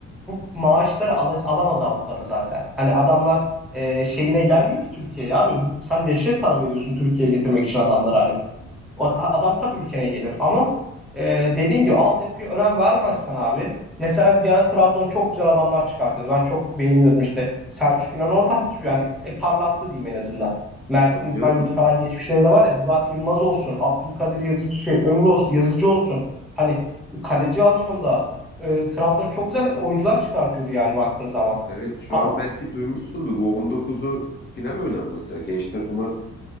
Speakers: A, in the centre; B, on the left.
A: bu maaşları ala- alamaz Avrupa'da zaten. Hani adamlar eee, şeyine gelmiyor ki Türkiye'ye abi bu, sen dehşet para veriyorsun Türkiye'ye getirmek için adamlara hani. O- a- Adam tabii ülkene gelir ama e, dediğin gibi altyapıya önem vermezsen abi. Mesela bir ara Trabzon çok güzel adamlar çıkartıyordu. Ben çok beğeniyordum işte. Selçuk İnan oradan yani e, parlattı diyeyim en azından. Mersin
B: Tabii
A: İdman
B: canım.
A: Yurdu falan geçmişleri de var ya. Burak Yılmaz olsun, Abdülkadir Yazıcı, şey, Ömür olsun, Yazıcı olsun. Hani kaleci anlamında e, Trabzon çok güzel oyuncular çıkartıyordu yani baktığın zaman.
B: Evet şu
A: Ama
B: an belki duymuşsundur. U19'u final oynadı mesela. Genç takımı